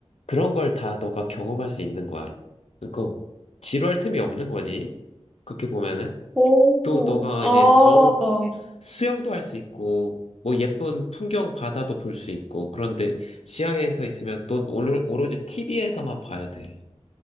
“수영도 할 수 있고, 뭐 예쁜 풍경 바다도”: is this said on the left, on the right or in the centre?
Left